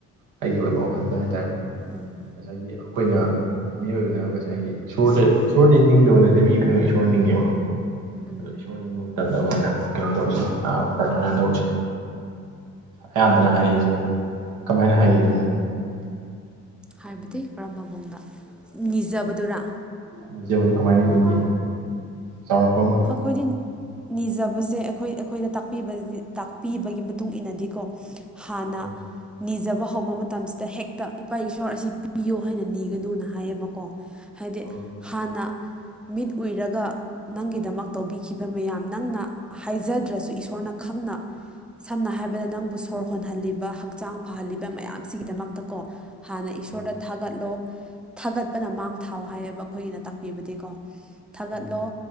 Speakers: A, on the right; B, in the centre.
A: ꯑꯩꯒꯤ ꯑꯣꯏꯕ ꯋꯥꯈꯟꯗ ꯍꯥꯏꯇꯥꯔꯦ
B: ꯎꯝ
A: ꯉꯁꯥꯏꯒꯤ ꯑꯩꯈꯣꯏꯅ ꯃꯤꯑꯣꯏꯕꯅ ꯉꯁꯥꯏꯒꯤ ꯏꯁꯣꯔꯗ ꯏꯁꯣꯔꯗꯤ ꯅꯤꯡꯗꯕ ꯅꯠꯇꯦ ꯃꯤ ꯈꯨꯗꯤꯡꯃꯛ ꯏꯁꯣꯔ ꯅꯤꯡꯉꯦꯕ
B: ꯎꯝ
A: ꯑꯣ ꯏꯁꯣꯔ ꯅꯤꯉꯣꯜ ꯇꯅꯕ ꯍꯥꯏꯅ ꯀꯩꯅꯣ ꯇꯧꯔꯤꯁꯦ ꯄꯔꯊꯅꯥ ꯇꯧꯔꯤꯁꯦ ꯑꯌꯥꯝꯕꯅ ꯍꯥꯏꯔꯤꯁꯦ ꯀꯃꯥꯏꯅ ꯍꯥꯏꯒꯦ ꯅꯪ
B: ꯍꯥꯏꯕꯗꯤ ꯀꯔꯝꯕ ꯃꯑꯣꯡꯗ ꯅꯤꯖꯕꯗꯨꯔ
A: ꯅꯤꯖꯕꯘꯣ ꯀꯃꯥꯏꯅ ꯅꯤꯒꯦ ꯆꯥꯎꯔꯛꯄ ꯑꯃ
B: ꯑꯩꯈꯣꯏꯗꯤ ꯅꯤꯖꯕꯁꯦ ꯑꯩꯈꯣꯏ ꯑꯩꯈꯣꯏꯗ ꯇꯥꯛꯄꯤ ꯇꯥꯛꯄꯤꯕꯒꯤ ꯃꯇꯨꯡ ꯏꯟꯅꯗꯤꯀꯣ ꯍꯥꯟꯅ
A: ꯎꯝ
B: ꯅꯤꯖꯕ ꯍꯧꯕ ꯃꯇꯝꯁꯤꯗ ꯍꯦꯛꯇ ꯏꯄꯥ ꯏꯁ ꯏꯁꯣꯔ ꯑꯁꯤ ꯄꯤꯌꯣ ꯍꯥꯏꯅ ꯅꯤꯒꯅꯨꯅ ꯍꯥꯏꯌꯦꯕꯀꯣ ꯍꯥꯏꯗꯤ
A: ꯎꯝ
B: ꯍꯥꯟꯅ ꯃꯤꯠ ꯎꯏꯔꯒ ꯅꯪꯒꯤ ꯗꯃꯛ ꯇꯧꯕꯤꯈꯤꯕ ꯃꯌꯥꯝ ꯅꯪꯅ ꯍꯥꯏꯖꯗ꯭ꯔꯁꯨ ꯏꯁꯣꯔꯅ ꯈꯪꯅ ꯁꯝꯅ ꯍꯥꯏꯔꯕꯗ ꯅꯪꯕꯨ ꯁꯣꯔ ꯍꯣꯟꯍꯜꯂꯤꯕ ꯍꯛꯆꯥꯡ ꯐꯍꯜꯂꯤꯕ ꯃꯌꯥꯝꯁꯤꯒꯤꯗꯃꯛ ꯀꯣ ꯍꯥꯟꯅ ꯏꯁꯣꯔꯗ
A: ꯎꯝ
B: ꯊꯥꯒꯠꯂꯣ ꯊꯥꯒꯠꯄꯅ ꯃꯥꯡ ꯊꯥꯎ ꯍꯥꯏꯌꯦꯕ ꯑꯩꯈꯣꯏꯒꯤꯅ ꯇꯥꯛꯄꯤꯕꯗꯤꯀꯣ ꯊꯥꯒꯠꯂꯣ
A: ꯎꯝ